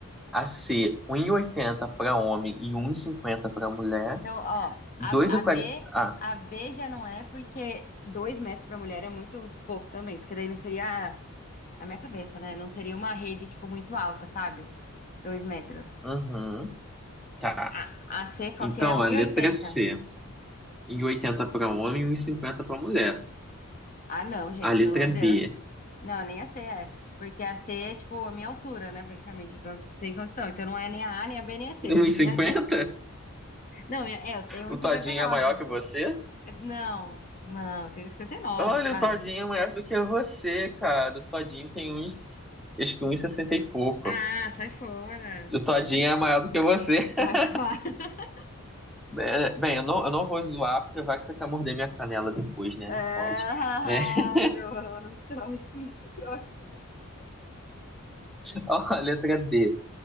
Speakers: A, in the centre; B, on the left.
A: A C, um e oitenta para homem e um e cinquenta para mulher.
B: Então, ó,
A: 2,40.
B: a, a B.
A: Ah,
B: A B já não é porque dois metros pra mulher é muito pouco também, porque daí não seria na minha cabeça, né? Não seria uma rede, tipo, muito alta, sabe? Dois metros.
A: uhum, tá.
B: A, a C qualquer
A: Então,
B: é um
A: a letra
B: e oitenta.
A: C, um e oitenta para homem e um e cinquenta para mulher.
B: Ah, não, gente,
A: A letra
B: pelo amor
A: D,
B: de Deus. Não, nem a C é. Porque a C é, tipo, a minha altura, né, praticamente. Então, sem condição. Então, não é nem a A, nem a B, nem a C.
A: <laughs> um e cinquenta
B: E a D? Não, e a- é, eu tenho 1,59.
A: O Todinho é maior que você?
B: Eu- Não, não, eu tenho cinquenta e nove.
A: Olha,
B: vai.
A: o Todinho é maior do que você, cara. O Todinho tem uns, acho que uns 60 e pouco.
B: Ah, sai fora.
A: O Todinho é maior do que você.
B: Sai
A: <laughs>
B: fora. <laughs>
A: É, Bem, eu não, eu não vou zoar, porque vai que você quer morder minha canela depois, né?
B: Ah,
A: Não pode. É. <laughs>
B: trouxa, trouxa.
A: Ó, a letra D.